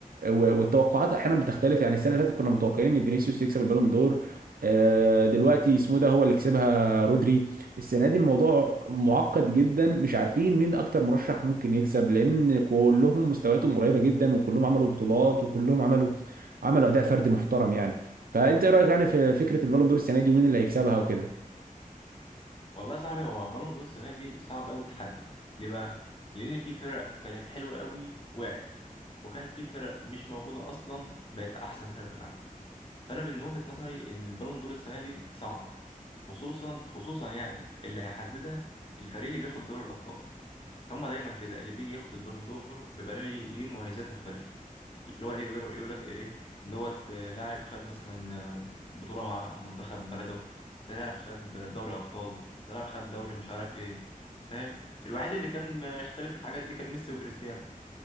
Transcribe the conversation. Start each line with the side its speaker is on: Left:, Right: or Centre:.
Right: و- والتوقعات احيانا بتختلف يعني السنه اللي فاتت كنا متوقعين ان فينيسيوس يكسب البالون دور آه، دلوقتي اسمه إيه ده هو اللي كسبها رودري السنه دي الموضوع معقد جدا مش عارفين مين اكتر مرشح ممكن يكسب لان كلهم مستوياتهم قريبه جدا وكلهم عملوا بطولات وكلهم عملوا عملوا اداء فردي محترم يعني فانت ايه رايك يعني في فكره البالون دور السنه دي ومين اللي هيكسبها وكده
Left: والله يا صاحبي هو البالون دور السنه دي صعب قوي تحدد ليه بقى لان في فرق كانت حلوه قوي وقعت وكان في فرق مش موجوده اصلا بقت احسن فرق في العالم فانا من وجهه نظري ان البالون دور السنه دي صعبه خصوصا خصوصا يعني اللي هيحددها الفريق اللي بياخد دوري الابطال هما دايما كده اللي بيجي ياخد البالون دور بيبقى ليه ليه مميزات مختلفه اللي هو ايه يقول يقول لك ايه دوت آه، لاعب خد مثلا آه، بطولة مع منتخب بلده ده لاعب خد دوري أبطال ده لاعب خد دوري مش عارف ايه فاهم الوحيد اللي كان ما يختلف في الحاجات دي كان ميسي وكريستيانو